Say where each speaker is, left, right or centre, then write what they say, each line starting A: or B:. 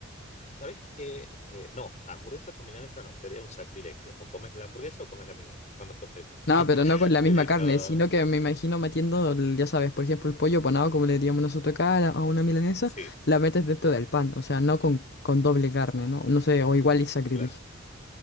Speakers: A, on the left (about 35°); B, on the left (about 55°).
A: ¿Sabés qué? Eh, no, hamburguesa con milanesa no, sería un sacrilegio. O comes la hamburguesa o comes la milanesa, son dos cosas distintas.
B: No,
A: <laughs>
B: pero no con la
A: Pero
B: misma carne, sino que me imagino metiendo, el- ya sabes, por ejemplo, el pollo panado, como le diríamos nosotros acá, a la- a una milanesa,
A: Sí,
B: la metes dentro del pan, o sea, no con, con doble carne, ¿no? No sé, o igual es sacrilegio.
A: claro.